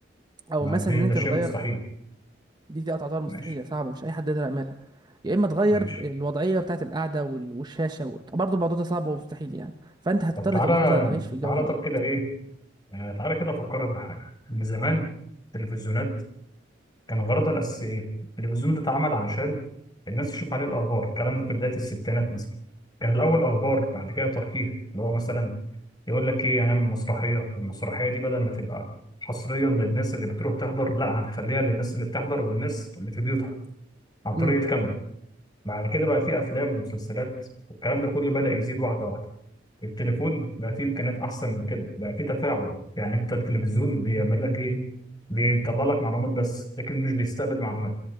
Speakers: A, on the right; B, on the left.
A: او
B: ما
A: مثلا
B: دي
A: ان
B: ده
A: انت
B: شيء
A: تغير
B: مستحيل
A: دي دي تعتبر مستحيله
B: ماشي
A: صعبه مش اي حد يقدر يعملها يا اما تغير
B: ماشي
A: الوضعيه بتاعه القعده وال- والشاشه و... برضه الموضوع ده صعب ومستحيل يعني فانت هتضطر
B: طب تعالى
A: تبقى تفضل عايش في الجو
B: تعالى
A: ديت
B: طب كده ايه آه تعالى كده افكرك بحاجه ان زمان التلفزيونات كان غرضها الاساسي ايه التلفزيون ده اتعمل علشان الناس تشوف عليه الاخبار الكلام ده في بدايه الستينات مثلا كان الاول اخبار بعد كده ترفيه اللي هو مثلا يقول لك ايه هنعمل مسرحيه والمسرحيه دي بدل ما تبقى حصريا للناس اللي بتروح تحضر لا هنخليها للناس اللي بتحضر والناس اللي في بيوتها عن طريق
A: امم
B: الكاميرا بعد كده بقى في افلام ومسلسلات والكلام ده كله بدأ يزيد واحده واحده التليفون بقى فيه امكانيات احسن من كده بقى فيه تفاعل يعني انت التلفزيون بيعمل لك ايه بيطلع لك معلومات بس لكن مش بيستقبل معلومات